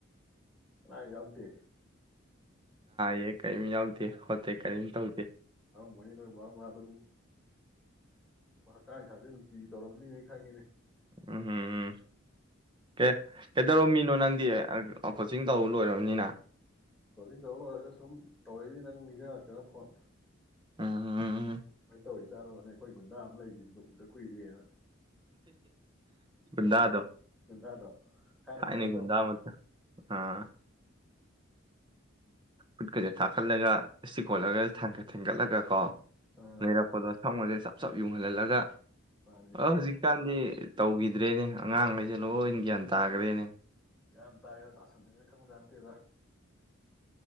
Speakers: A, in the centre; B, on the right.
A: ꯑ ꯀꯝꯇꯤ
B: ꯌꯦ ꯀꯩ ꯃꯤ ꯌꯥꯎꯗꯤ ꯈꯣꯠꯇꯦ ꯀꯔꯤꯝ ꯇꯧꯗꯦ
A: ꯃꯗ ꯃꯥꯕꯥ ꯃꯍꯥꯗꯨꯔ ꯍ ꯍꯛꯆꯥꯡ ꯁꯥꯗ ꯅꯨꯡꯇꯤꯒꯤ ꯇꯧꯔꯝꯅꯤꯅꯦ ꯑꯩ ꯈꯪꯉꯤꯅꯦ
B: ꯎꯝ ꯎꯝ ꯎꯝ ꯀꯦ ꯀꯩꯗꯧꯔꯣ ꯃꯤꯅꯣ ꯅꯪꯗꯤ ꯀꯣꯆꯤꯡ ꯇꯧ ꯂꯣꯏꯔꯕꯅꯤꯅ
A: ꯇꯣꯗꯤꯤꯡ ꯇꯧꯧꯕ ꯂꯣꯏꯔꯒ ꯁꯨꯝ ꯇꯧꯔꯛꯏꯗꯤ ꯅꯪ ꯅꯤꯡꯅꯤꯖ ꯂꯥꯛꯛꯇꯅ ꯐꯣꯟ
B: ꯎꯝ
A: ꯃꯅ ꯇꯧꯔꯤ ꯆꯥꯗꯣꯅꯦ ꯑꯩꯈꯣꯏ ꯒꯨꯟꯗꯥ ꯑꯃ ꯂꯩꯈꯤꯕꯗꯨ ꯎꯗ ꯀꯨꯏꯔꯦꯅ
B: ꯨꯗꯥꯗ
A: ꯒꯨꯟꯗꯥꯗꯣ ꯊꯥꯏꯅ
B: ꯊꯥꯏꯅꯤ
A: ꯒꯨꯟꯗꯥ ꯌꯥꯝ
B: ꯒꯨꯗꯥꯥ
A: ꯇꯧꯔꯛꯄꯅꯤꯅ
B: ꯃ ꯑꯥ ꯐꯨꯠꯀꯦ ꯊꯥꯀꯔ ꯂꯩꯦꯒ ꯀꯣꯂꯒ ꯊꯦꯡꯒꯠꯂꯒ ꯀꯣ
A: ꯑꯥ
B: ꯂꯩꯔꯛꯄꯗꯣ ꯁꯪꯉꯁꯦ ꯆꯠ ꯆꯞ ꯌꯨꯡꯍꯜꯍꯜꯂꯒ
A: ꯃꯥꯅꯤꯅꯦ
B: ꯑ ꯍꯧꯖꯤꯛꯀꯥꯟꯗꯤ ꯇꯧꯈꯤꯗ꯭ꯔꯦꯅꯦ ꯑꯉꯥꯡꯉꯩꯦ ꯂꯣꯏꯅ ꯭ꯌꯥꯟ ꯇ ꯇꯥꯒꯔꯦꯅꯦ
A: ꯀꯒꯌꯥ ꯇꯥꯏꯔꯥ ꯇꯥꯁꯟꯂꯦꯅ ꯈꯟꯕꯗ ꯅꯠꯇꯦꯗ